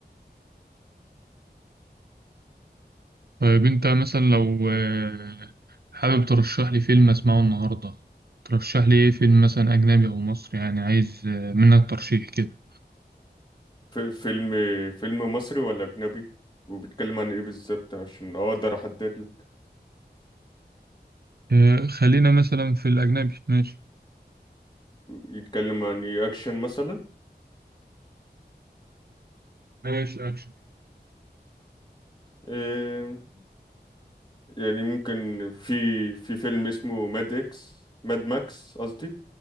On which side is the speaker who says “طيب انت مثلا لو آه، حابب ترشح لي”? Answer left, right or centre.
Right